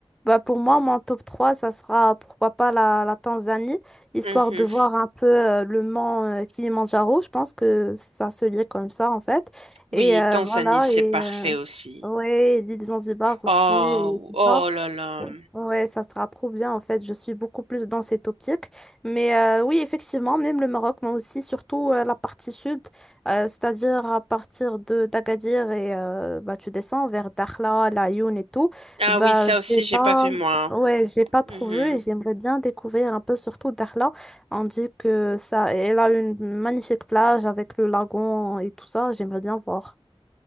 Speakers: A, in the centre; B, on the right.
A: bah, pour moi, mon top 3 ça sera pourquoi pas la, la Tanzanie, histoire
B: Mhm.
A: de voir un peu euh, le mont euh, Kilimandjaro. Je pense que ça se lit comme ça en fait.
B: Oui,
A: Et euh,
B: Tanzanie,
A: voilà,
B: c'est
A: et
B: parfait
A: euh,
B: aussi.
A: ouais, l'île Zanzibar aussi,
B: Oh,
A: et tout
B: oh
A: ça.
B: là là.
A: Ouais, ça sera trop bien en fait. Je suis beaucoup plus dans cette optique. Mais euh, oui, effectivement, même le Maroc, mais aussi surtout euh, la partie sud, euh, c'est-à-dire à partir de d'Agadir et euh, bah, tu descends vers Dakhla, La Laayoune et tout.
B: Ah
A: Bah,
B: oui, ça aussi,
A: j'ai
B: j'ai
A: pas,
B: pas vu moi.
A: ouais, j'ai pas trouvé
B: Mhm.
A: et j'aimerais bien découvrir un peu surtout Dakhla. On dit que ça, elle a une magnifique plage avec le lagon et tout ça. J'aimerais bien voir.